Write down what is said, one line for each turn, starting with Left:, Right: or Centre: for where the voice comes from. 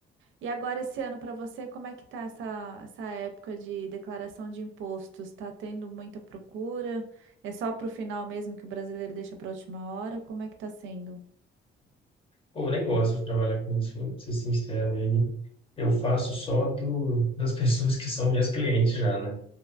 Right: E agora esse ano para você, como é que tá essa, essa época de declaração de impostos? Tá tendo muita procura? É só pro final mesmo que o brasileiro deixa para última hora? Como é que tá sendo?
Left: pô, eu nem gosto de trabalhar com isso, pra ser sincero, e aí Eu faço só do, das pessoas que são minhas clientes já, né?